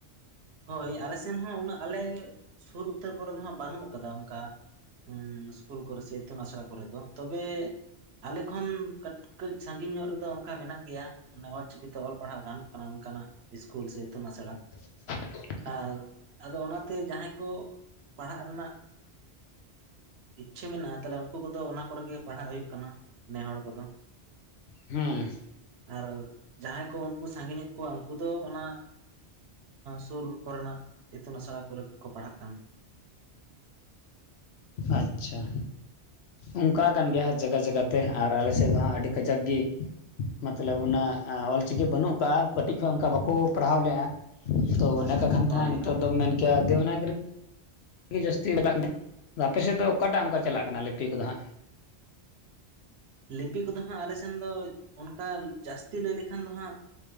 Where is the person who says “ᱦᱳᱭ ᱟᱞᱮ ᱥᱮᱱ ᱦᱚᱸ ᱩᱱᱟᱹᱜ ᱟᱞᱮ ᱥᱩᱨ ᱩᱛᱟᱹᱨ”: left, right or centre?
Right